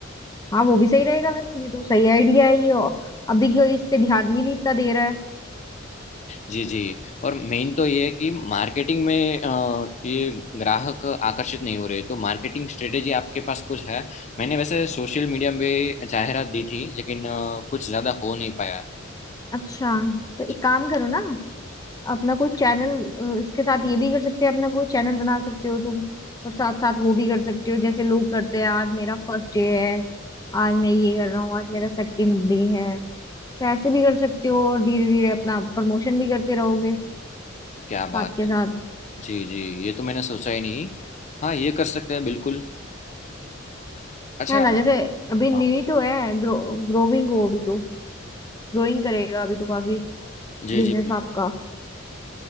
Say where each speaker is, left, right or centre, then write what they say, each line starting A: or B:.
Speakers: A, on the left; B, on the left.
A: हाँ वो भी सही रहेगा वैसे ये तो सही आइडिया है ये और अभी क्यों इस पे ध्यान भी नहीं इतना दे रहा है
B: जी जी और मेन तो ये है कि मार्केटिंग में अ, ये ग्राहक आकर्षित नहीं हो रहे तो मार्केटिंग स्ट्रेटेजी आपके पास कुछ है मैंने वैसे सोशल मीडिया में जाहिरात दी थी लेकिन अ, कुछ ज़्यादा हो नहीं पाया
A: अच्छा तो
B: जी
A: एक काम करो ना अपना कोई चैनल इसके साथ ये भी कर सकते हैं अपना कोई चैनल बना सकते हो तुम और साथ साथ वो भी कर सकते हो जैसे लोग करते हैं आज मेरा फर्स्ट डे है आज मैं ये कर रहा हूँ आज मेरा सेकंड डे है तो ऐसे भी कर सकते हो और धीरे धीरे अपना प्रमोशन भी करते रहोगे
B: क्या बात
A: साथ के
B: है
A: साथ
B: जी जी ये तो मैंने सोचा ही नहीं हाँ ये कर सकते हैं बिल्कुल अच्छा
A: है ना जैसे
B: हाँ
A: अभी न्यू ही तो है ग्रो ग्रोविंग हो अभी तो ग्रोइंग करेगा अभी तो काफी
B: जी
A: बिजनेस
B: जी बिल्कुल।
A: आपका